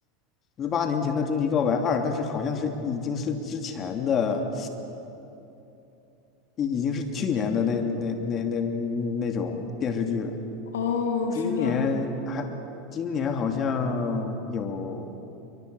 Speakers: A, on the left; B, on the left.
A: 《十八年前的终极告白二》，但是好像是已经是之前的。已已经是去年的那那那那那种电视剧了。
B: 哦，
A: 今年还，
B: 是这样。
A: 今年好像有，